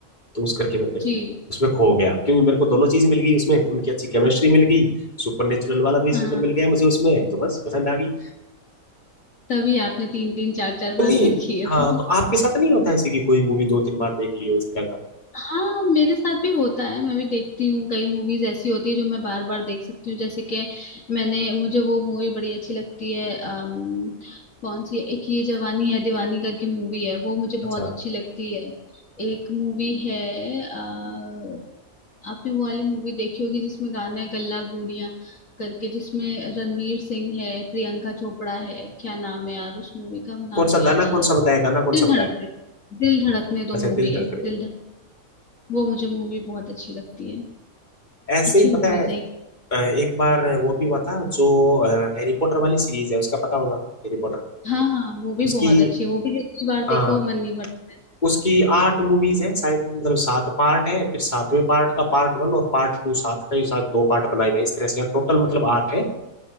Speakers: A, on the left; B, on the left.
A: तो उस करके मैं फिर
B: जी
A: उसमें खो गया क्योंकि मेरे को दोनों चीज मिल गई उसमें उनकी अच्छी केमिस्ट्री मिल गई सुपरनेचुरल वाला भी सिस्टम
B: हाँ
A: मिल गया मुझे उसमें तो बस पसंद आ गई
B: तभी आपने तीन तीन चार चार बार
A: तो नहीं
B: देखी है
A: हाँ
B: वो
A: तो आपके साथ नहीं होता ऐसे कि कोई मूवी दो तीन बार देख ली हो इस तरह का
B: हाँ मेरे साथ भी होता है मैं भी देखती हूँ कई मूवीज ऐसी होती है जो मैं बार बार देख सकती हूँ जैसे कि मैंने मुझे वो मूवी बड़ी अच्छी लगती है अम, कौन सी है? एक ये जवानी है दीवानी करके मूवी है वो मुझे बहुत
A: अच्छा
B: अच्छी लगती है एक मूवी है अ, आपने वो वाली मूवी देखी होगी जिसमें गाना है गल्ला गूंडियां करके जिसमें रणवीर सिंह है प्रियंका चोपड़ा है क्या नाम है यार उस मूवी का नाम
A: कौन
B: नहीं
A: सा गाना
B: याद आ रहा
A: कौन सा बताया गाना कौन
B: दिल
A: सा बताया
B: धड़कने दिल धड़कने दो
A: अच्छा
B: मूवी
A: दिल धड़कने
B: है दिल
A: दो
B: वो मुझे मूवी बहुत अच्छी लगती है
A: ऐसे
B: अच्छी
A: ही पता
B: मूवीज
A: है
B: है
A: अ, एक बार वो भी हुआ था जो हैरी पॉटर वाली सीरीज है उसका पता होगा हैरी पॉटर
B: हाँ हाँ वो भी
A: उसकी
B: बहुत अच्छी है वो भी जितनी बार देखो
A: हाँ
B: मन नहीं भरता
A: उसकी आठ मूवीज हैं शायद मतलब सात पार्ट है फिर सातवें पार्ट का पार्ट वन और पार्ट टू सात का ही शायद दो पार्ट बनाए हुए हैं इस तरह से टोटल मतलब आठ है